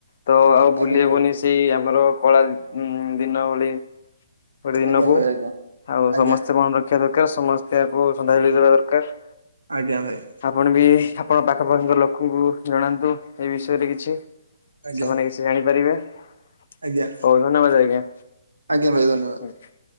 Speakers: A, on the left; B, on the right.
A: ତ ଆଉ ଭୁଲି
B: ଆଜ୍ଞା
A: ହେବନି।
B: ଭାଇ
A: ସେଇ ଆମର କଳା ଦିନ ଭଳି ଗୋଟେ ଦିନକୁ
B: ଆଜ୍ଞା ଭାଇ ଆଜ୍ଞା
A: ଆଉ ସମସ୍ତେ
B: ଆଜ୍ଞା
A: ମନେ ରଖିବା ଦରକାରେ ସମସ୍ତେକୁ ଶ୍ରାଦ୍ଧାଞ୍ଜଳି ଦେବା ଦରକାରେ।
B: ଆଜ୍ଞା ଭାଇ।
A: ଆପଣ ବି ଆପଣ ପାଖପାଖିଙ୍କ ଲୋକଙ୍କୁ ଜଣାନ୍ତୁ ଏ ବିଷୟରେ କିଛି।
B: ଆଜ୍ଞା
A: ସେମାନେ କିଛି ଜାଣିପାରିବେ ହଉ
B: ଆଜ୍ଞା
A: ଧନ୍ୟବାଦ, ଆଜ୍ଞା।
B: ଆଜ୍ଞା ଭାଇ ଧନ୍ୟବାଦ।
A: <inaudible>